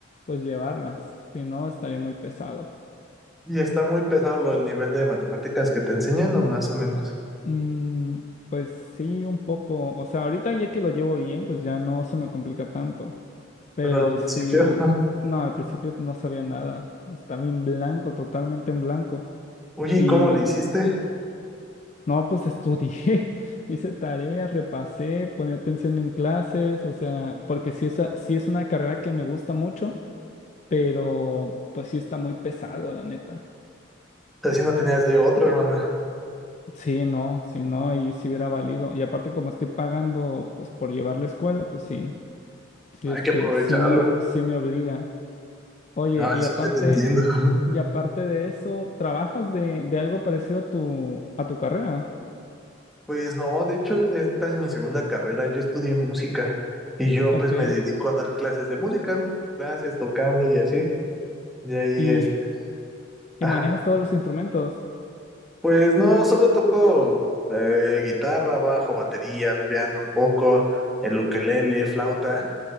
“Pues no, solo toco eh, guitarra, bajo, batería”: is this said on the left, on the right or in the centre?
Centre